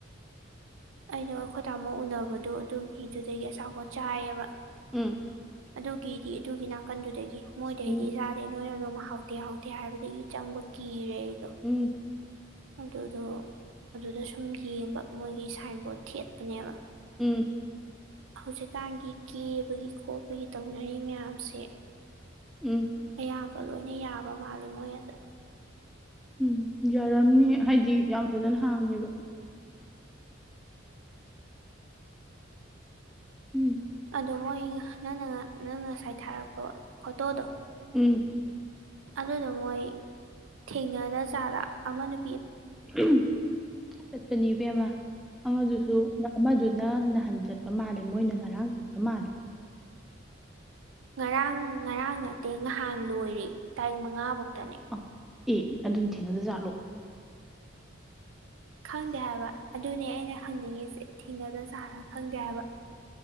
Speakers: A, on the right (about 80°); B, in the centre.
A: ꯑꯩꯗꯣ ꯑꯩꯈꯣꯏ ꯇꯥꯃꯨ ꯎꯅꯕꯗꯣ ꯑꯗꯨꯒꯤꯗꯨꯗꯒꯤ ꯑꯆꯥꯥꯄꯣꯠ ꯆꯥꯏꯑꯕ
B: ꯎꯝ
A: ꯑꯗꯨꯒꯤꯗꯤ ꯑꯗꯨꯒꯤ ꯅꯥꯀꯟꯗꯨꯗꯒꯤ ꯃꯣꯏꯗꯩꯗꯤ
B: ꯎꯝ
A: ꯆꯥꯗꯦ ꯅꯣꯏꯅ ꯑꯗꯨꯝ ꯍꯥꯎꯊꯦ ꯍꯥꯎꯊꯦ ꯍꯥꯏꯕꯗꯒꯤ ꯆꯪꯕ ꯀꯤꯔꯦ ꯑꯩ
B: ꯎꯝ
A: ꯑꯗꯨꯗꯣ ꯑꯗꯨꯗ ꯁꯨꯝ ꯌꯦꯡꯕ ꯃꯣꯏꯒꯤ ꯁꯥꯏꯟꯕꯣꯠ ꯊꯦꯠꯄꯅꯦꯕ
B: ꯎꯝ
A: ꯍꯧꯖꯤꯛꯀꯥꯟꯒꯤ ꯀꯦꯕꯒꯤ ꯈꯣꯠꯄꯒꯤ ꯇꯧꯅꯔꯤ ꯃꯌꯥꯝꯁꯦ
B: ꯎꯝ
A: ꯑꯌꯥꯝꯕ ꯂꯣꯏꯅ ꯌꯥꯕ ꯃꯥꯜꯂꯦ ꯃꯣꯏ ꯑꯗꯥ
B: ꯎꯝ ꯌꯥꯔꯝꯅꯤ ꯍꯥꯏꯗꯤ ꯌꯥꯝ ꯐꯖꯅ ꯍꯥꯡꯉꯦꯕ ꯎꯝ
A: ꯑꯗꯣ ꯃꯣꯏ ꯅꯪꯅ ꯅꯪꯅ ꯉꯁꯥꯏ ꯊꯥꯔꯛꯄ ꯐꯣꯇꯣꯗꯣ
B: ꯎꯝ
A: ꯑꯗꯨꯗꯣ ꯃꯣꯏ ꯊꯦꯡꯅꯗ ꯖꯥꯠꯂꯥ ꯑꯃ ꯅꯨ
B: ꯑꯍꯝ ꯆꯠꯄꯅꯦ ꯏꯕꯦꯝꯃ ꯑꯃꯗꯨꯁꯨ ꯑꯃꯗꯨꯅ ꯅꯍꯟ ꯆꯠꯄ ꯃꯥꯜꯂꯦ ꯃꯣꯏꯅ ꯉꯔꯥꯡ ꯆꯠꯄ ꯃꯥꯜꯂꯦ
A: ꯉꯔꯥꯡ ꯉꯔꯥꯡ ꯅꯠꯇꯦ ꯅꯍꯥꯟ ꯂꯣꯏꯔꯦ ꯇꯥꯔꯤꯛ ꯃꯉꯥ ꯕꯧꯇꯅꯦ
B: ꯑ ꯑꯦ ꯑꯗꯨꯝ ꯊꯦꯡꯅꯗ ꯖꯥꯠꯂꯣ
A: ꯈꯪꯗꯦ ꯍꯥꯏꯕ ꯑꯗꯨꯅꯦ ꯑꯩꯅ ꯍꯪꯅꯤꯡꯉꯤꯁꯦ ꯊꯦꯡꯅꯗ ꯆꯥꯔ ꯈꯪꯗꯦ ꯍꯥꯏꯕ